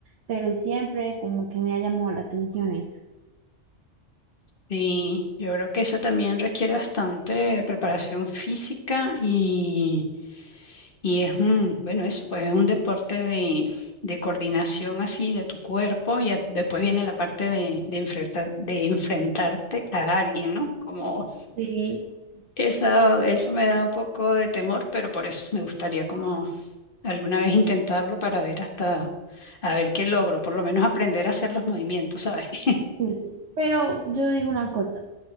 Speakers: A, on the right; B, on the left.
A: Pero siempre como que me ha llamado la atención eso.
B: Sí, yo creo que eso también requiere bastante preparación física y, y es un, bueno, eso, pues es un deporte de, de coordinación así de tu cuerpo y a- después viene la parte de, de enfrentar, de enfrentarte a alguien, ¿no? Como
A: Sí,
B: esa, eso me da un poco de temor, pero por eso me gustaría como alguna vez intentarlo para ver hasta, a ver qué logro, por lo menos aprender a hacer los movimientos, ¿sabes? <laughs>
A: Sí, sí. Pero yo digo una cosa,